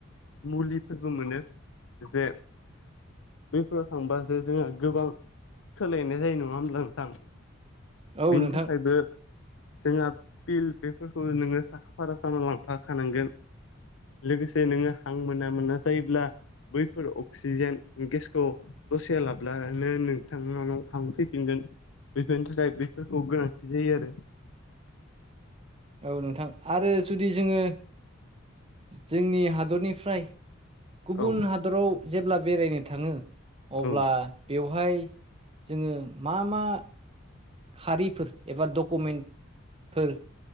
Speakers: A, on the left; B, on the right.
A: मुलिफोरबो मोनो जे बैफोराव थांबा जे जोंहा गोबां सोलायनाय जायो नङा होमब्ला नोंथां?
B: औ
A: बिनि
B: नोंथां
A: थाखायबो जोंहा पिल बेफोरखौ नोङो साखा फारा जानानै लांफाखानांगोन लोगोसे नोङो हां मोना मोना जायोब्ला बैफोर अक्सिजेन गेसखौ दसे लाब्लानो नोंथांनाव हांफैफिनगोन। बेफोरनि थाखाय बेफोरखौ गोनांथि जायो आरो
B: औ नोंथां आरो जुदि जोङो जोंनि हादरनि फ्राय गुबुन
A: औ
B: हादराव जेब्ला बेरायनो थाङो अब्ला
A: औ
B: बेवहाय जोङो मा मा खारिफोर एबा डकुमेन्ट फोर